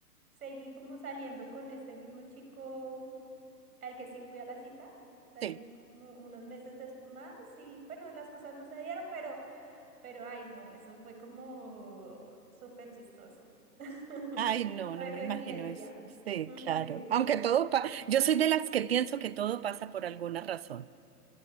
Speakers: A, on the right; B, on the right.
A: seguí como saliendo con este mismo chico al que sí fui a la cita. Salí
B: sí.
A: como unos meses después más y bueno, las cosas no se dieron, pero, pero ay, no, eso fue como súper chistoso. <laughs>
B: Ay, no,
A: No
B: no
A: es
B: me
A: coincidencia.
B: imagino eso. Sí,
A: <laughs>
B: claro.
A: Sí.
B: Aunque todo pasa, yo soy de las que pienso que todo pasa por alguna razón.